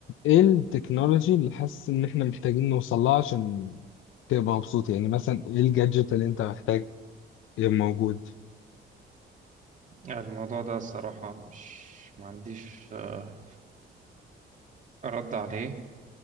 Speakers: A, on the left; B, on the right.
A: ايه التكنولوجي اللي حاسس ان احنا محتاجين نوصل لها عشان تبقى مبسوط يعني مثلا ايه الجادجت اللي انت محتاج يبقى موجود
B: آه، الموضوع ده الصراحة مش ما عنديش آه، رد عليه